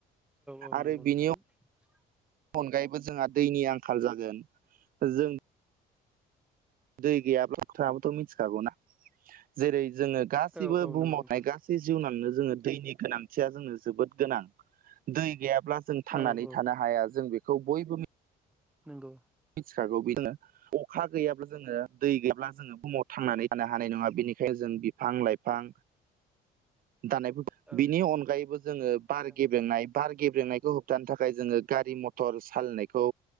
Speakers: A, in the centre; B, on the right (about 55°).
A: औ
B: आरो बिनियाव
A: <inaudible>
B: अनगायैबो जोंहा दैनि आंखाल जागोन जों दै गैयाब्ला नोंथाङाबोथ' मिथिखागौना जेरै जोङो गासिबो
A: औ औ
B: बुहुमाव
A: नंगौ नोंथां
B: थानाय गा सै जिउनांनोनो जोङो दैनि गोनांथिया जोंनो जोबोद गोनां दै गैयाब्ला जों थांनानै
A: औ औ
B: थानो हाया जों बेखौ बयबो
A: नंगौ
B: मिथिखागौ बिदिनो अखा गैयाब्ला जोङो दै गैयाब्ला जोङो बुहुमाव थांनानै थानो हानाय नङा बेनिखायनो जों बिफां लाइफां दानाय
A: औ
B: बिनि अनगायैबो जोङो बार
A: नंगौ
B: गेबेंनाय बार गेब्रेंनायखौ होबथानो थाखाय जोङो गारि मथर सालायनायखौ